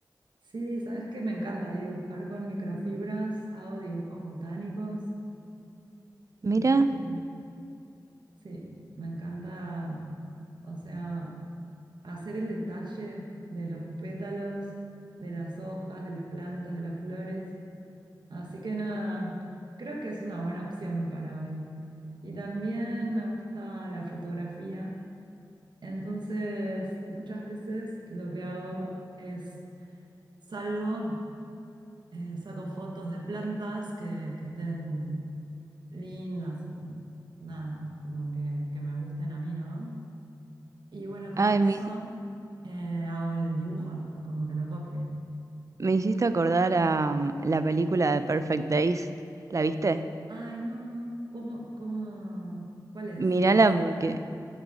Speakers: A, on the right; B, on the right.
A: Sí, sabes que me encanta dibujar con microfibras, hago dibujos botánicos,
B: Mira,
A: así que sí, me encanta, o sea, hacer el detalle de los pétalos, de las hojas, de las plantas, de las flores. Así que nada, creo que es una buena opción para hoy. Y también me gusta la fotografía, entonces muchas veces lo que hago es salgo. eh, saco fotos de plantas que, que estén lindas y nada, como que, que me gusten a mí, ¿no? Y bueno, con
B: ay,
A: eso
B: me,
A: eh, hago el dibujo después, como que lo copio.
B: me hiciste acordar a mm, la película de Perfect Days. ¿La viste?
A: Ay, no, ¿cómo, cómo, cuál es?
B: Mírala
A: ¿De qué se
B: porque
A: trata?